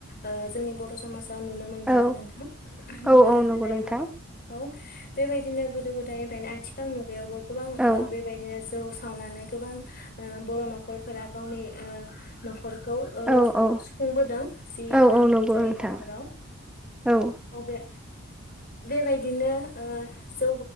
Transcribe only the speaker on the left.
ओ जोंनि बर' समाजा नुनो मोनबोदों
नोंथां
गोदो
गोदायबो
औ बेबायदिनो गोदो गोदायनिफ्रायनो आथिखाल मुगायावबो गोबां
ओ बेबायदिनो जौ सावनानै गोबां ओ बर' न'खरफोरा गावनि ओ न'खर खौ ओ
सुफुंबोदों जि
नांगौ
जायो
न'खराव
ओ बेे बेबायदिनो आ जौ